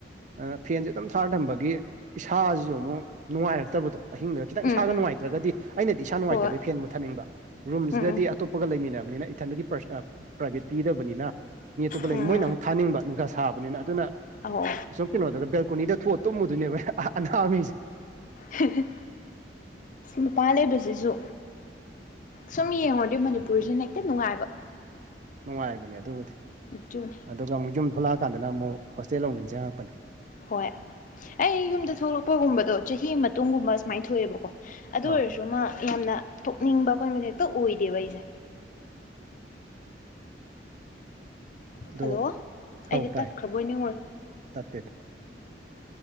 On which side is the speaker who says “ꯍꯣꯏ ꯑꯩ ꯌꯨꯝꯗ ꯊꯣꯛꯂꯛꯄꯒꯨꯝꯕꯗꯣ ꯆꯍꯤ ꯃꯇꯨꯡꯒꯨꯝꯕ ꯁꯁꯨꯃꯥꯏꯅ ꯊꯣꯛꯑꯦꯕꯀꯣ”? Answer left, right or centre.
Left